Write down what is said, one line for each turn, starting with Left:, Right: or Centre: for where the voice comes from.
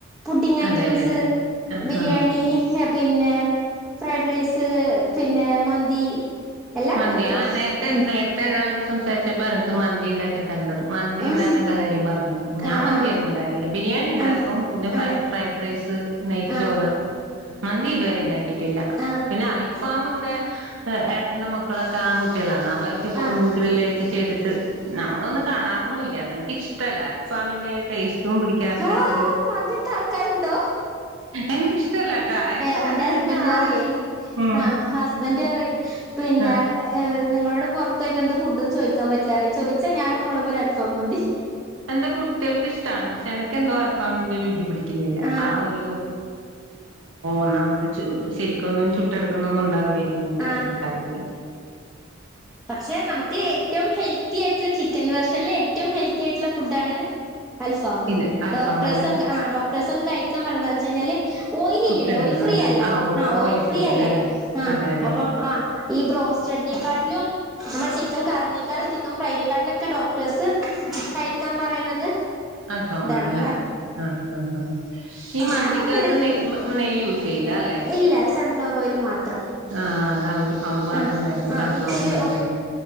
Centre: ഫുഡിംഗ് ഐറ്റംസ്
Right: അതെല്ലേ ആഹാ
Centre: ബിരിയാണി പിന്നെ ഫ്രൈഡ് റൈസ് പിന്നെ മന്തി എല്ലാം
Right: മന്തി
Centre: ഉണ്ടാക്കും
Right: ആ നേരത്തെ
Centre: ഉം
Right: നേരത്തെ ഒരാളോട് സംസാരിച്ചപ്പോ നനിക്ക് മന്തി ഉണ്ടാക്കി തരേണ്ടതും മന്തി
Centre: ആഹ്
Right: ഉണ്ടാക്കേണ്ട കാര്യം പറഞ്ഞന്നു ഞാൻ
Centre: ആഹ്
Right: മന്തിയൊന്നും ഉണ്ടാക്കില്ല ബിരിയാണി ഉണ്ടാക്കും
Centre: ആഹ്
Right: പിന്നെ ഫ
Centre: ആഹ്
Right: ഫ്രൈഡ് റൈസ് നെയ്ച്ചോറ്
Centre: ആഹ് ആഹ്
Right: മന്തി ഇതുവരെ ഉണ്ടാക്കിയിട്ടില്ല
Centre: ആഹ്
Right: പിന്നെ അൽഫാം ഇവിടെ ഏട്ടന്റെ മക്കളൊക്കെ ആൺകുട്ടികളാണ് അവർക്ക്
Centre: ആഹ്
Right: ഗ്രില്ല ഒക്കെ ചെയ്തിട്ട് നമ്മളൊന്ന കാണാറ ഒ അ എനിക്ക ഇഷ്ടല്ല അൽഫാമിന്റെ ടേസ്റ്റും പിടിക്കാറില്ല
Centre: ആ
Right: എനിക്ക്
Centre: അങ്ങത്തെ ആൾക്കാരുണ്ടോ
Right: എനിക്കിഷ്ടല്ല കേട്ടോ എനിക്ക്
Centre: എന്റെ
Right: അതിനെന്താ
Centre: ഹസ്ബൻഡ് പറയേ
Right: ആ ചി ഉം
Centre: ആ അസ്ബന്റ പറയും പിന്നെ
Right: ആ
Centre: നിങ്ങളോട് പുറത്തായിട്ട് എന്ത ഫുഡ്ന്ന് ചദാ പറ്റില്ലാറേ ചോദിച്ചാ ഞാനുംമ്മടെ പോെ അൽഫവ മതി
Right: എന്റെ കുട്ടികൾക്ക് ഇഷ്ടമാണ് പക്ഷെ എനക്ക് എന്തോ അൽഫാമിന്റെ രുചി പിട് ക്കുന്നില്ല
Centre: ആഹ്
Right: ആ ഒരു ഒന്നാമത് ശെരിക്കൊന്നും ചുറ്റെടുക്കുന്നൊന്നും ഇല്ലാ ഉണ്ടാവില്ലരിക്കള്ളര
Centre: ആഹ്
Right: എനക്ക്റിയില്ല
Centre: പക്ഷെ നമുക്ക് ഏറ്റവും ഹെൽത്തി ആയിട്ടുള്ള ചിക്കൻ വെർഷനൽ ഏറ്റവും ഹെൽത്തി ആയിട്ടുള്ള ഫുഡണ് അൽഫാം
Right: ഇത് അൽഫാമല്ല
Centre: ഡോക്ടേഴ്സ് ഒക്കെ ആ ഡോക്ടേഴ്സ് ഒക്കെ കഴിക്കാൻ പറഞ്ഞതാന്ന് വെച്ച കഴിഞ്ഞാൽ ഓയിൽ
Right: ചുട്ടെടുക്കുന്നുണ്ടല്ലോ
Centre: ഇല്ലല്ലേ ഓയിൽ ഫ്രീ അല്ലേ
Right: ഓ
Centre: ആ ഓയിൽ ഫ്രീയല്ലേ
Right: ഫ്രീ അല്ല അല്ലേ
Centre: ആ
Right: അതെ അതെ
Centre: അപ്പ ആ ഈ ബ്രോസ് കറിനെക്കാട്ടിലും നമ്മൾ ചിക്കൻ കറിനേക്കാട്ടിലും ചിക്കൻ ഫ്രൈനെക്കാട്ടിലുമൊക്കെ ഡോക്ടേഴ്സ് കഴിക്കാൻ പറയണുന്നത്
Right: അൽഫാമാണല്ലേ
Centre: ഇതാണ്
Right: ആഹ് ആഹ് ആഹ് ഈ മന്തിക്കകത്ത്
Centre: ഞാൻ അവിടെത്തന്നെ...
Right: നെ നെയ്യ് യൂസ് ചെയ്യില്ല അല്ലേ
Centre: ഇല്ല സൺഫ്ലവർ ഓയില് മാത്രം
Right: ആഹ് അത് അവര് അവള് പറഞ്ഞു
Centre: ആഹ്..
Right: നേരത്തെ
Centre: ആഹ്..
Right: സൺഫ്ലവർ
Centre: ഇച്ചിരി
Right: മാത്രേ